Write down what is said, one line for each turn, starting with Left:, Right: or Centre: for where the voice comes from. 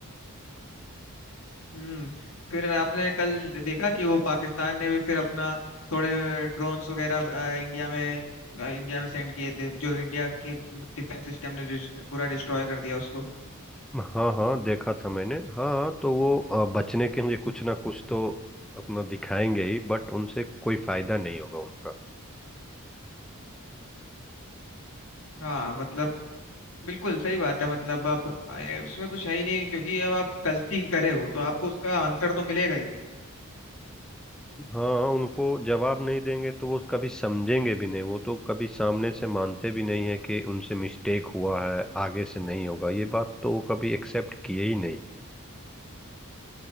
Left: हम्म फिर आपने कल देखा कि वो पाकिस्तान ने भी फिर अपना थोड़े ड्रोन्स वगैरह अ, इंडिया में अ, इंडिया में सेंड किए थे जो इंडिया की डिफेंस सिस्टम ने डिस- पूरा डिस्ट्रॉय कर दिया उसको
Centre: हाँ हाँ देखा था मैंने हाँ तो वो अ, बचने के लिए कुछ ना कुछ तो अपना दिखाएंगे ही बट उनसे कोई फायदा नहीं होगा उनका
Left: हाँ मतलब बिल्कुल सही बात है मतलब अब अ, उसमें कुछ है ही नहीं क्योंकि अब आप गलती करे हो तो आपको उसका आंसर तो मिलेगा ही
Centre: हाँ उनको जवाब नहीं देंगे तो वो कभी समझेंगे भी नहीं वो तो कभी सामने से मानते भी नहीं है कि उनसे मिस्टेक हुआ है आगे से नहीं होगा ये बात तो वो कभी एक्सेप्ट किए ही नहीं